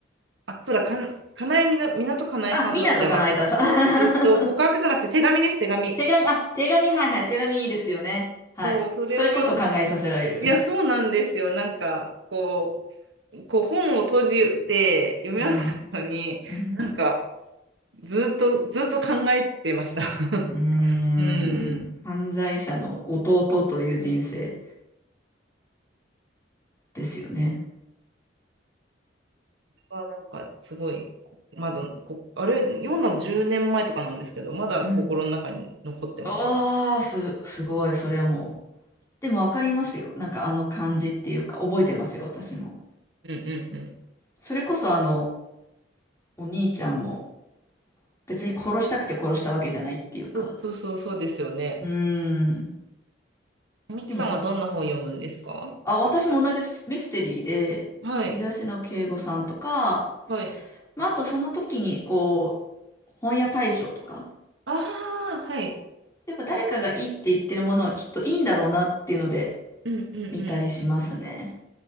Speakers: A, on the right; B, on the left.
A: あ、そうだ、かん、かなえみな、港かなえさんだ、
B: あ、ミナとかなえたさん。
A: それは。えっと、告白じゃなくて手紙です、手紙。
B: <laughs> 手紙、あ、手紙、はいはい、手紙いいですよね。はい。
A: そう、それを読んだ。
B: それこそ考えさせられる。
A: いや、そうなんですよ。なんか、こう、こう本を閉じて読み終わった後に、
B: うん、うん、
A: なんか、ずっと、ずっと考えてました。<laughs>
B: うーん。
A: うん。
B: 犯罪者の弟という人生ですよね。
A: はなんかすごい、まだこ、あれ、読んだの10年前とかなんですけど、まだ心の中に残ってますね。
B: うん。わあ、す、すごい、それはもう。でもわかりますよ。なんかあの感じっていうか、覚えてますよ、私も。
A: うんうんうん。
B: それこそあの、お兄ちゃんも別に殺したくて殺したわけじゃないっていうか。
A: そうそうそうそうですよね。
B: うーん。
A: ミキさんはどんな本読むんですか
B: でも殺あ、私も同じスミステリーで、
A: はい、
B: 東野圭吾さんとか、
A: はい。
B: まあ、あとその時に、こう、本屋大賞とか、
A: ああ、はい。
B: やっぱ誰かがいいって言ってるものはきっといいんだろうなっていうので
A: うんうんうん。
B: 見たりしますね。